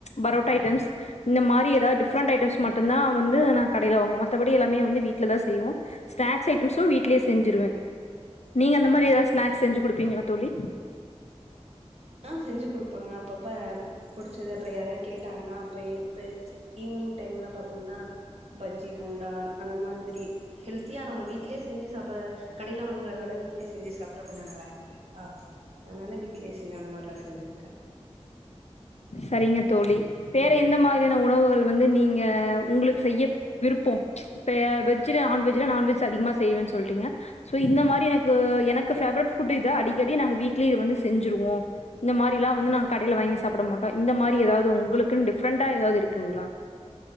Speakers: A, on the left; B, on the right.
A: பரோட்டா ஐட்டம்ஸ் இந்த மாறி எதாவ்து டிஃப்ரெண்ட் ஐட்டம்ஸ் மட்டும்ந்தா வந்து நா கடையில வாங்குவே மத்தபடி எல்லாமே வந்து வீட்லதான் செய்வோ ஸ்நாக்ஸ் ஐட்டம்ஸ்சும் வீட்லயே செஞ்சிருவேன் நீங்க அந்த மாறி ஏதாவது ஸ்நாக்ஸ் செஞ்சு குடுப்பீங்ளா தோழி
B: ஆ செஞ்சு குடுப்பங்க அப்பப்ப புடிச்சது அப்டி யாராவ்து கேட்டாங்கன்னா அப்ப இப்ப ஈவினிங் டைம்ல பாத்தீங்ன்னா பஜ்ஜி போண்டா அந்த மாதிரி ஹெல்த்தியா நம்ம வீட்லயே செஞ்சு சாப்புட்ற கடையில வாங்கறத விட வீட்லயே செஞ்சு சாப்ட்டா கொஞ்ச நல்லா இருக்கூ ல்லிங்ளா அதனால வீட்லயே செஞ் அந்த மாற்ல்லா செஞ்சிருக்கே
A: சரிங்க தோழி வேற எந்த மாதிரியான உணவுகள் வந்து நீங்க உங்குளுக் செய்ய விருப்பொ இப்ப வெஜ்ல நான்வெஜ்ல நான்வெஜ் அதிகமா செய்யவேன் சொல்ட்டீங்க சோ இந்த மாறி எனக்கு எனக்கு ஃபேவரட் ஃபுட் இத்தா அடிக்கடி நாங்க வீக்லி இத வந்து செஞ்சுருவோ இந்த மாறில்லா வந்து நா கடையில வாங்கி சாப்பிட மாட்டோ இந்த மாறி ஏதாவ்து உங்களுக்குன்னு டிஃப்ரெண்டா ஏதாவது இருக்குங்ளா